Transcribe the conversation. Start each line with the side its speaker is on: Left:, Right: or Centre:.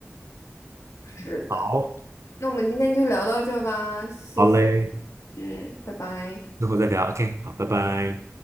Left: 是的。
Right: 好，
Left: 那我们今天就聊到这吧，谢谢。
Right: 好嘞，
Left: 嗯，拜拜。
Right: 之后再聊，OK，好，拜拜。